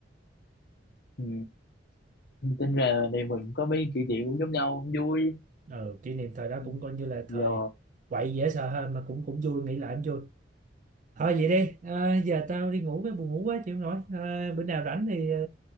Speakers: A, on the left; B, on the right.
A: ừ. tính ra đây mình có mấy kỷ niệm cũng giống nhau cũng vui
B: ừ. kỷ niệm thời đó
A: ừ.
B: cũng coi như là thời
A: giờ
B: quậy dễ sợ hơn mà cũng cũng vui nghĩ lại cũng vui thôi vậy đi à, giờ tao đi ngủ cái buồn ngủ quá chịu không nổi à, bữa nào rảnh thì ờ,